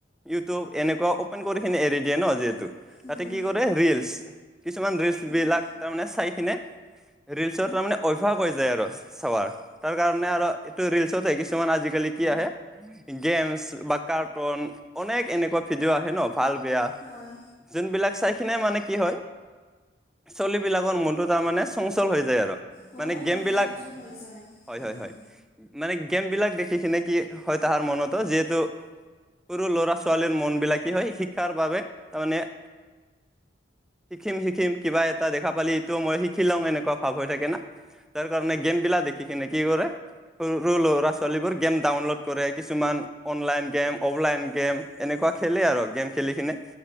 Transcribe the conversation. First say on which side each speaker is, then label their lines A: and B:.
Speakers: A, in the centre; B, on the left (about 35°).
A: ইউটিউব এনেকুৱা অপেন কৰি খিনি এৰি দিয়ে ন যিহেতু তাতে
B: উম
A: কি কৰে ৰিলচ কিছুমান ৰিলচ
B: হয়
A: বিলাক তাৰমানে চাই কিনে ৰিলচৰ মানে অভ্যাস হৈ যায় আৰু চাৱাৰ তাৰ কাৰণে আৰু এইটো ৰিলচ আহি কিছুমান আজিকালি কি আহে গেমছ বা কাৰ্টুন অনেক এনেকুৱা ভিডিঅ' আহে ন ভাল বেয়া
B: হয়
A: যোনবিলাক চাই কিনে মানে কি হয় চলীবিলাকৰ মনটো তাৰমানে চঞ্চল হৈ যায় আৰু
B: হয়
A: মানে গেম
B: হয়
A: বিলাক
B: চঞ্চল হৈ যায়
A: হয় হয়
B: উম
A: হয় মানে গেম বিলাক দেখি কিনে কি হয় তাহাৰ মনতো যিহেতু সৰু ল'ৰা ছোৱালীৰ মনবিলাক কি হয় শিক্ষাৰ বাবে তাৰ মানে শিকিম শিকিম কিবা এটা দেখা পালি এইটো মই শিকি লং এনেকুৱা ভাৱ হৈ থাকে না তাৰ কাৰণে গেম বিলাক দেখি কিনে কি কৰে সৰু ল'ৰা ছোৱালীবোৰ গেম ডাউনলোড কৰে কিছুমান অনলাইন গেম অফলাইন গেম এনেকুৱা খেলে আৰু গেম খেলি কিনে